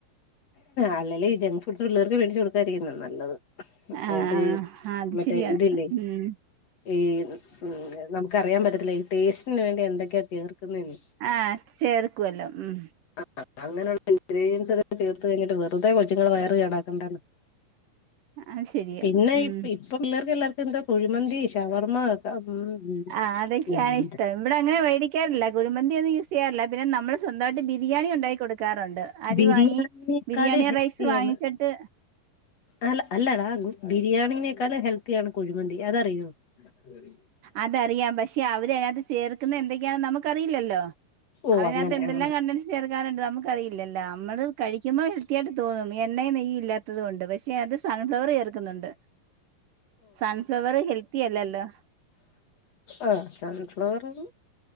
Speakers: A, on the left; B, on the right.
A: അല്ലേലും ഈ ജങ്ക് ഫുഡ്സ് പിള്ളേർക്ക് വേടിച്ചു കൊടുക്കാതിരിക്കുന്നതാ നല്ലത്.
B: ആഹ്
A: അതേ
B: ആഹ് അത്
A: മറ്റേ
B: ശരിയാണ്
A: എര്ന്ത്ല്ലേ
B: ഉം
A: ഈ ഉം നമുക്കറിയാൻ പറ്റത്തില്ല ഈ ടേസ്റ്റിന് വേണ്ടി എന്തൊക്കെയാ ചേർക്കുന്നെന്ന്
B: ആഹ്, ചേർക്കുവല്ലോ. ഉം
A: അ അ അങ്ങനെള്ള ഇൻ ഗ്രീൻസ് ഒക്കെ ചേർത്ത് കഴിഞ്ഞിട്ട് വെർ റുതെ വിളിച്ച്ക്ക്ണ് വയറ് കേടാക്കണ്ടാന്ന്.
B: അത് ശരിയാ
A: പിന്നെ
B: ഉം
A: ഈ പി ഇപ്പം പിള്ളേർക്ക് എല്ലാവർക്കു എന്തൊ കുഴിമന്തി ഷവർമ്മ <unintelligible>
B: ആഹ്, അതൊക്കെയാണ്
A: എന്തൊക്കോ
B: ഇഷ്ട്ടം. ഇവിടെ അങ്ങനെ വേടിക്കാറില്ല കുഴിമന്തിയൊന്നും യാറില്ല. പിന്നെ നമ്മള് സ്വന്തായിട്ട് ബിരിയാണി ഒണ്ടാക്കി കൊടുക്കാറുണ്ട്. അരി
A: ബിരിയാണിനേക്കാള്
B: വാങ്ങി ബിരിയാണി
A: ഹെൽത്തിയാണ്
B: റൈസ് വാങ്ങിച്ചിട്ട്
A: അല്ല അല്ലടാ ബിരിയാണീനേക്കാലും ഹെൽത്തിയാണ് കുഴിമന്തി അതറിയോ <unintelligible>
B: അതറിയാം, പക്ഷെ അവര് അതിനാത്ത് ചേർക്കുന്ന എന്തൊക്കെയാണെന്ന് നമുക്കറിയില്ലല്ലോ.
A: ഓ
B: അതിനാത്ത്
A: അങ്ങനെ
B: എന്തെല്ലാം
A: ആ
B: കണ്ടൻസ് ചേർക്കാറുണ്ട് നമുക്കറിയില്ലല്ല. നമ്മള് കഴിക്കുമ്പോ ഹെൽത്തി ആയിട്ട് തോന്നും, എണ്ണയും നെയ്യും ഇല്ലാത്തതു കൊണ്ട്. പക്ഷെ അത് സൺഫ്ലവർ ചേർക്കുന്നുണ്ട്. സൺ ഫ്ലവറ് ഹെൽത്തി അല്ലല്ലോ
A: ആഹ്, സൺഫ്ലവറ്,